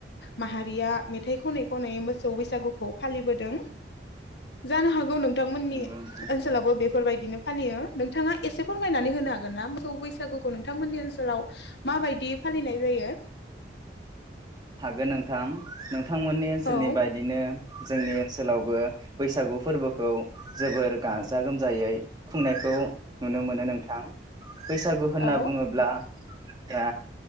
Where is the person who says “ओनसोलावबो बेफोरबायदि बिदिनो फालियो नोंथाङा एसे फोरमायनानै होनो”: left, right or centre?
Left